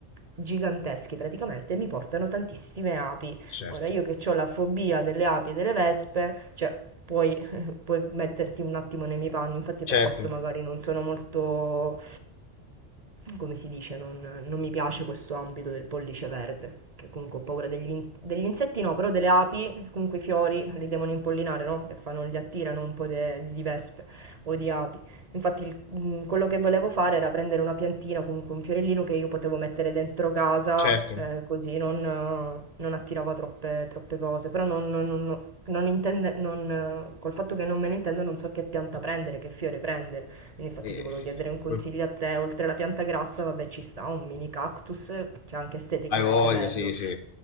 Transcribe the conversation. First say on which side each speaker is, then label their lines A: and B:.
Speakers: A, on the right (about 40°); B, on the left (about 55°).
A: giganteschi praticamente e mi portano tantissime api.
B: certo.
A: Ora io che ho la fobia delle api e delle vespe, cioè puoi puoi metterti un attimo nei miei panni, infatti
B: Certo,
A: per questo magari non sono molto come si dice, non, non mi piace questo ambito del pollice verde, che comunque ho paura degli, in- degli insetti no, però delle api, che comunque i fiori li devono impollinare, no? Che fanno, li attirano un po' de- di vespe o di api. Infatti il- mm, quello che volevo fare era prendere una piantina, comunque un fiorellino che io potevo mettere dentro casa,
B: certo.
A: eh, così non, eh, non attirava troppe, troppe cose, però non... non- non- non intende- non, eh, col fatto che non me ne intendo non so che pianta prendere, che fiore prendere. Quindi Infatti
B: Eh,
A: ti volevo chiedere un consiglio
B: Poi-
A: a te, oltre alla pianta grassa, vabbè, ci sta un mini cactus, cioè anche esteticamente
B: hai voglia,
A: è bello,
B: sì, sì.